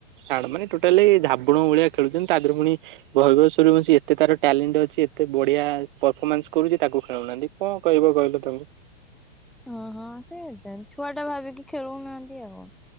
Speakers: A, on the right; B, in the centre.
A: ଛାଡେ ମାନେ ଟୋଟାଲି ଝାବଡ଼ ଭଳିଆ ଖେଳୁଛନ୍ତି ତା ଦେହରେ ପୁଣି <unintelligible> ଏତେ ତାର ଟ୍ୟାଲେଣ୍ଟ ଅଛି। ଏତେ ବଢିଆ ପରଫମାନ୍ସ କରୁଛି ତାକୁ ଖେଳଉନାହାନ୍ତି କଣ କହିବ କହିଲ ତାଙ୍କୁ।
B: ହଁ ହଁ ସେ ଛୁଆ ଟା ଭାବିକି ଖେଳଉନାହାନ୍ତି ଆଉ।